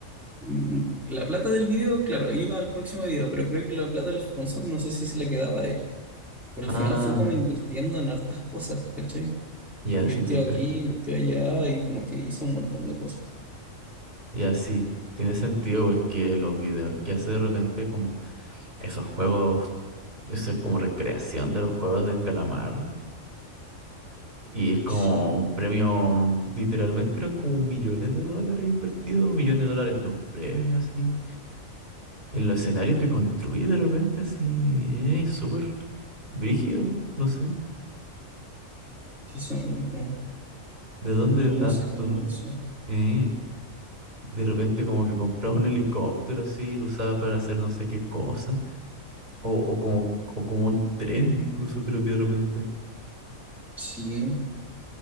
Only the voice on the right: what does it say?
Ah,
ya
sí te cacho.
Y así, tiene sentido porque los videos que hace de repente como esos juegos, eso es como recreación de los juegos del calamar. Y es como
un premio, literalmente eran como millones de dólares invertidos, millones de dólares en los premios, así. En los escenarios que construye de repente, así, eh, súper brígido, no sé,
¿de dónde
tanto?
Eh, de repente como que compraba un helicóptero así, y lo usaba para hacer no sé qué cosa. O, o como, o como un tren, incluso creo que de repente.